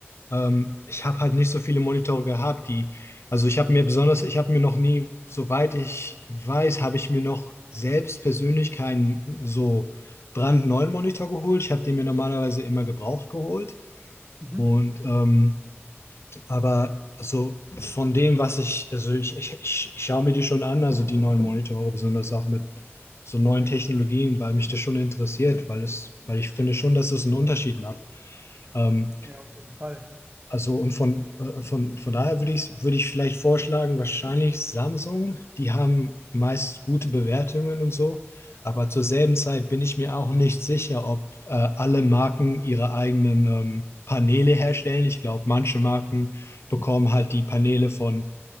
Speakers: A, on the left (about 65°); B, on the right (about 30°).
A: ähm, ich habe halt nicht so viele Monitore gehabt, die, also ich habe mir besonders, ich habe mir noch nie, soweit ich weiß, habe ich mir noch selbst persönlich keinen so brandneuen Monitor geholt. Ich habe den mir normalerweise immer gebraucht geholt
B: Mhm.
A: und ähm, aber so von dem, was ich, also ich, ich, ich, ich schaue mir die schon an, also die neuen Monitore, besonders auch mit so neuen Technologien, weil mich das schon interessiert, weil es, weil ich finde schon, dass es einen Unterschied macht. Ähm,
B: Ja, auf jeden Fall.
A: also und von, äh, von, von daher würde ich, würde ich vielleicht vorschlagen, wahrscheinlich Samsung. Die haben meist gute Bewertungen und so. Aber zur selben Zeit bin ich mir auch nicht sicher, ob äh, alle Marken ihre eigenen ähm, Paneele herstellen. Ich glaube, manche Marken bekommen halt die Paneele von,